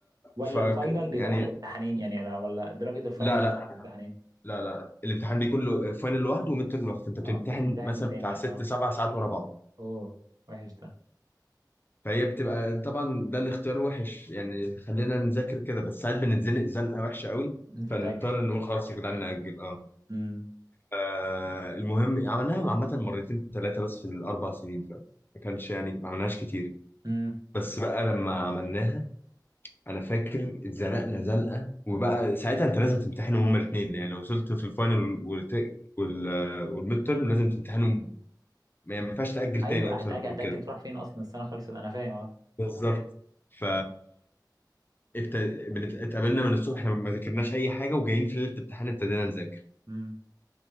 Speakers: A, on the right; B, on the left.
A: ولا
B: ف
A: الفاينل بيبقى
B: يعني
A: بالامتحانين يعني انا ولا درجه الفاينل
B: لا
A: بتبقى
B: لا
A: بالامتحانين
B: لا لا الامتحان بيكون له فاينل لوحده وميد ترم لوحده فانت بتمتحن
A: اه بتمتحنوا
B: مثلا
A: تاني
B: بتاع ست
A: اه
B: سبع ساعات ورا بعض
A: اوه وحش ده
B: فهي بتبقى طبعا ده الاختيار وحش يعني خلينا نذاكر كده بس ساعات بنتزنق زنقه وحشه قوي
A: مم، فتأجل
B: فنضطر نقول خلاص يا جدعان نأجل اه
A: امم
B: آه، المهم عملناها عامة مرتين ثلاثة بس في الأربع سنين فعلا ما كانش يعني ما عملناش كتير
A: امم
B: بس بقى لما عملناها أنا فاكر اتزنقنا زنقة وبقى ساعتها أنت لازم تمتحنهم هما الاتنين يعني لو وصلت في الفاينل والت- وال والميد تيرم لازم تمتحنهم يعني ما ينفعش تأجل
A: ايوه
B: تاني أكتر
A: هتأجل
B: من
A: هتأجل
B: كده
A: تروح فين اصلا السنه خلصت انا فاهم اه
B: بالظبط ف ابت... بنت- اتقابلنا من الصبح احنا ما ذاكرناش اي حاجه وجايين في ليله الامتحان ابتدينا نذاكر
A: مم.